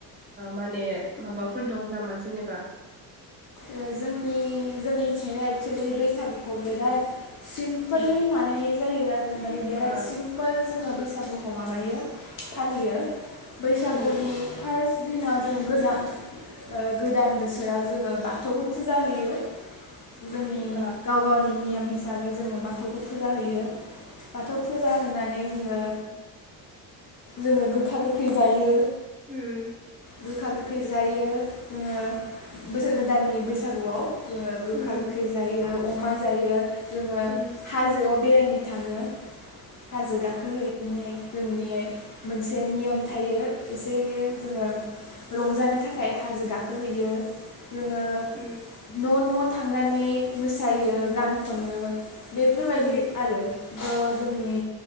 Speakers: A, on the right; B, on the left.
A: माने माबाफोर दं नामा जेनेबा
B: ओ जोंनि जोंनिथिंजाय एक्सुेलि बैसागुखौ बिराद सिमपलि
A: ओ
B: बानायनाय जायो आरो माने बिराद
A: ओ
B: सिम्पोल जोङो बैसागुखो माबायो। फालियो बैसागुनि
A: उम
B: फार्स्ट दिनाव जों गोजा ओ गोदान बोसोराव जोङो बा <unintelligible> थौखौ फुजा होयो। जोंनि
A: उम
B: गाव गावनि नियोम हिसाबै जोङो बाथौखौ फुजा होयो। बाथौ फुजा होनानै जोङो जोङो गोखा <unintelligible> <unintelligible> जायो।
A: उम।
B: गोखा गोखै जायो जोङो बोसोर <unintelligible> दाननि बैसागुआव जोङो
A: उम
B: गोखा गोखै जायो, अमा जायो, जोङो
A: उम
B: हाजोआव बेरायनो थाङो। हाजो गाखोहैनो जोंनि मोनसे नियोम थायो एसेयो जोङो रंजानो थाखाय हाजो गाखोहैयो। जोङो
A: उम
B: न' न' थांनानै मोसायो
A: उम
B: गान खनो। बेफोरबायदि
A: उम
B: आरो थ' जोंनि